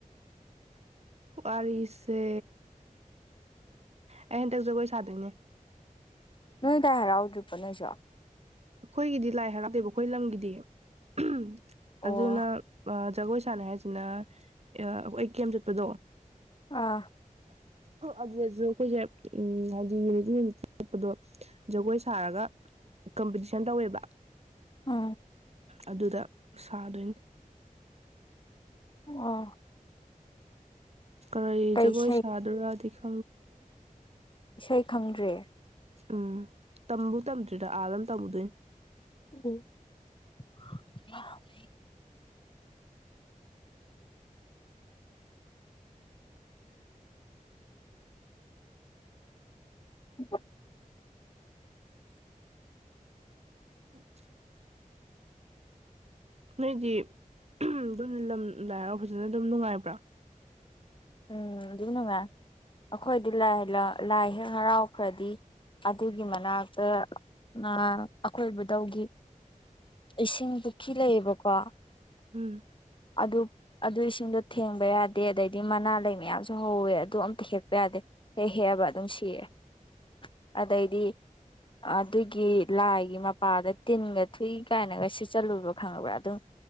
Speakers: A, on the right; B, on the left.
A: ꯋꯥꯔꯤꯁꯦ ꯑꯩ ꯍꯟꯇꯛ ꯖꯒꯣꯏ ꯁꯥꯗꯣꯏꯅꯦ
B: ꯅꯣꯏ ꯂꯥꯏ ꯍꯥꯏꯔꯥꯎꯗ꯭ꯔꯤꯕꯣ ꯅꯣꯏꯁꯨ
A: ꯑꯩꯈꯣꯏꯗꯤ ꯂꯥꯏ ꯍꯔꯥꯎꯗꯦꯕ ꯑꯩꯈꯣꯏ ꯂꯝꯒꯤꯗꯤ <inaudible>
B: ꯑꯣ
A: ꯑꯗꯨꯅ ꯑꯥ ꯖꯒꯣꯏ ꯁꯥꯟꯅꯤ ꯍꯥꯏꯁꯤꯅ ꯑꯥ ꯈꯣꯏ ꯀꯦꯝ ꯆꯠꯄꯗꯣ
B: ꯑꯥ
A: ꯑꯗꯨꯗꯁꯨ ꯑꯩꯈꯣꯏꯁꯦ ꯎꯝ ꯍꯥꯏꯗꯤ <inaudible> ꯆꯠꯄꯗꯣ ꯖꯒꯣꯏ ꯁꯥꯔꯒ ꯀꯝꯄꯤꯇꯤ <unintelligible> ꯇꯧꯑꯦꯕ
B: ꯎꯝ
A: ꯑꯗꯨꯗ ꯁꯥꯗꯣꯏꯅꯤ
B: ꯑꯥ
A: ꯀꯔꯤ ꯖꯒꯣꯏ
B: ꯏꯁꯩ
A: ꯁꯥꯗꯣꯏꯔꯗꯤ <inaudible>
B: ꯏꯁꯩ ꯈꯪꯗ꯭ꯔꯦ
A: ꯎꯝ ꯇꯝꯕꯨ ꯇꯝꯗ꯭ꯔꯤꯗ ꯑꯥꯗ ꯑꯃ ꯇꯝꯃꯨꯗꯣꯏꯅꯦ
B: <unintelligible> <inaudible>
A: <unintelligible> ꯅꯣꯏꯗꯤ ꯑꯗꯨꯝ ꯂꯝ ꯂꯥꯏꯍꯔꯥꯎꯕ ꯐꯖꯅ ꯑꯗꯨꯝ ꯅꯨꯡꯉꯥꯏꯕ꯭ꯔꯥ
B: ꯎꯝ ꯑꯗꯨꯝ ꯅꯨꯡꯉꯥꯏ ꯑꯩꯈꯣꯏꯗꯤ ꯂꯥꯏ ꯂꯥꯏ ꯍꯦꯛ ꯍꯔꯥꯎꯈ꯭ꯔꯗꯤ ꯑꯗꯨꯒꯤ ꯃꯅꯥꯛꯇ ꯉꯥ ꯑꯩꯈꯣꯏꯕꯨꯗꯧꯒꯤ ꯏꯁꯤꯡ ꯄꯨꯈ꯭ꯔꯤ ꯂꯩꯌꯦꯕꯀꯣ
A: ꯎꯝ
B: ꯑꯗꯨ ꯑꯗꯨ ꯏꯁꯤꯡꯗꯣ ꯊꯦꯡꯕ ꯌꯥꯗꯦ ꯑꯗꯩ ꯃꯅꯥ ꯂꯩ ꯃꯌꯥꯝꯁꯨ ꯍꯧꯋꯦ ꯑꯗꯨ ꯑꯝꯇ ꯍꯦꯛꯄ ꯌꯥꯗꯦ ꯍꯦꯛ ꯍꯦꯛꯑꯕ ꯑꯗꯨꯝ ꯁꯤꯔꯦ ꯑꯗꯩꯗꯤ ꯑꯗꯨꯒꯤ ꯂꯥꯏꯒꯤ ꯃꯄꯥꯗ ꯇꯤꯟꯒ ꯊꯨꯏ ꯀꯥꯏꯅꯒ ꯁꯤꯠꯆꯜꯂꯨꯕꯈꯪꯉꯕ꯭ꯔꯥ ꯑꯗꯨꯝ